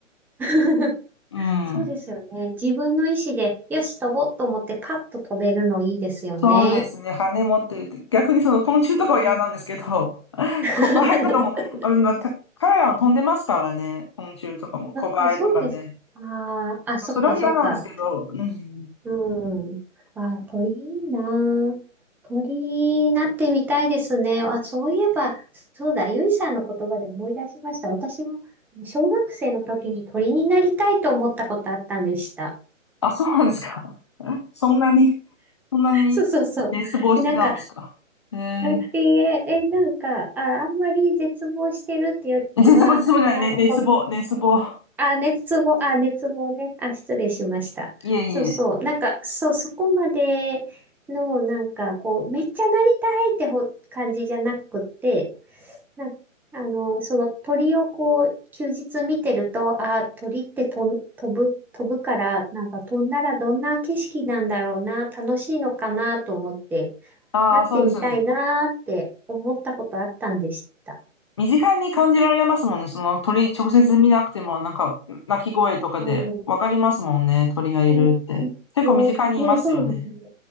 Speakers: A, in the centre; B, on the left.
A: <laughs>
B: うん。
A: そうですよね。自分の意思で、よし、飛ぼうと思ってパッと飛べるのいいですよね。
B: そうですね。羽持ってるって。逆にその昆虫とかは嫌なんですけど、
A: うん
B: <laughs>
A: <laughs>
B: コバエとかも、あの、また彼らは飛んでますからね。昆虫とかも、コバエとかね。
A: あ、そうです。あーあ、そっかそっか。
B: それは嫌なんですけど、うん。
A: うん。あ、鳥いいな。鳥になってみたいですね。あ、そういえば、そうだ、ゆいさんの言葉で思い出しました。私も小学生の時に鳥になりたいと思ったことあったんでした。
B: あ、そうなんですか。<laughs> そんなに、そんなに熱望してたんですか。
A: そうそうそう。で、なんか、
B: えー
A: えーえーなんか、あ、あんまり絶望してるってよりは、
B: 絶望、絶望じゃない、
A: なんかこ
B: ね、熱望、熱望。
A: あ、熱望、あ、熱望ね。あ、失礼しました。
B: いえいえ。
A: そうそう。なんか、そう、そこまでの、なんか、こう、めっちゃなりたいってほ感じじゃなくって、なんあの、その鳥をこう、休日見てると、あ、鳥ってとん飛ぶ、飛ぶから、なんか飛んだらどんな景色なんだろうな、楽しいのかなと思って、
B: ああ、
A: なってみたいなって思ったことあったんでした。
B: そうですよね。身近に感じられますもんね。その鳥、直接見なくても、なんか、鳴き声とかでわかりますもんね。
A: うん
B: 鳥がいるって。
A: うん
B: 結構身近にいますよね。
A: ねね、そうですね。